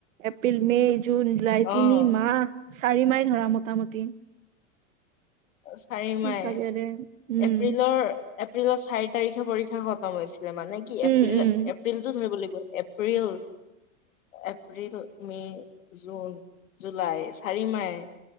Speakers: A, on the right (about 75°); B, on the left (about 80°).
A: এপ্ৰিল, মে', জুন, জুলাই
B: অ',
A: তিনি মাহ চাৰি মাহই ধৰা মোটামুটি
B: চাৰি
A: সঁচাকে
B: মাহই
A: দে উম,
B: এপ্ৰিলৰ এপ্ৰিলত চাৰি তাৰিখে পৰীক্ষা খতম হৈছিলে মানে কি
A: উম,
B: এপ্ৰিলত
A: উম,
B: এপ্ৰিলটো ধৰিব লাগিব April April, May, June, July চাৰি মাহই